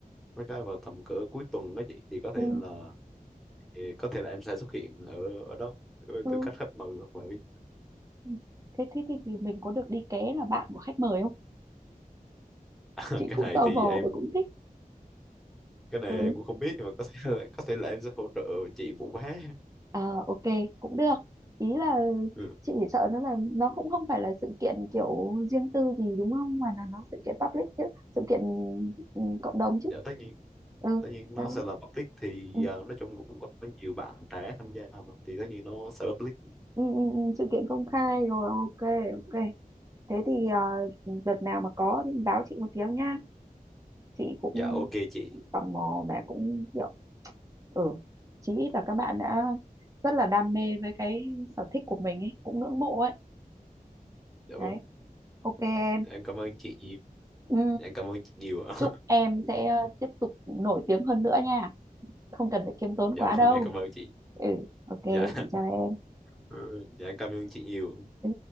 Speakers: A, in the centre; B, on the right.
A: mấy cái vào tầm cỡ cuối tuần đó chị thì có thể
B: ừ,
A: là thì có thể là em sẽ xuất hiện ở ở đó với
B: ừ.
A: tư cách khách mời hoặc là cái,
B: ừ. thế thế thì, thì mình có được đi ké là bạn của khách mời không
A: <laughs>
B: chị
A: cái
B: cũng
A: này
B: tò
A: thì
B: mò
A: em
B: và cũng thích
A: cái này
B: ừ
A: em cũng không biết nhưng mà có thể là, có thể là em sẽ hỗ trợ chị vụ vé
B: Ờ, ok cũng được ý là
A: ừ.
B: chị chỉ sợ nó là nó cũng không phải là sự kiện kiểu riêng tư gì đúng không mà là nó sự kiện public chứ sự kiện ừ, cộng đồng chứ
A: dạ tất nhiên
B: ừ,
A: tất nhiên nó
B: đó.
A: sẽ là public thì
B: ừ,
A: ờ, nói chung cũng có nhiều bạn trẻ tham gia mà thì tất nhiên nó sẽ public
B: ừ, ừ, ừ, sự kiện công khai rồi ok ok thế thì ờ, đợt nào mà có thì báo chị một tiếng nha chị cũng
A: dạ ok chị
B: tò mò mà cũng kiểu ừ chí ít là các bạn đã rất là đam mê với cái sở thích của mình ấy cũng ngưỡng mộ ấy
A: dạ
B: đấy
A: vâng
B: ok em
A: em cảm ơn chị nhiều
B: ừ.
A: dạ em cảm ơn chị nhiều <laughs>
B: chúc em sẽ ờ, tiếp tục nổi tiếng hơn nữa nha không cần phải khiêm tốn
A: dạ
B: quá
A: vâng
B: đâu
A: em cảm ơn chị
B: ừ ok
A: dạ
B: chị chào em
A: Ừ, dạ em cảm ơn chị nhiều
B: Ừ.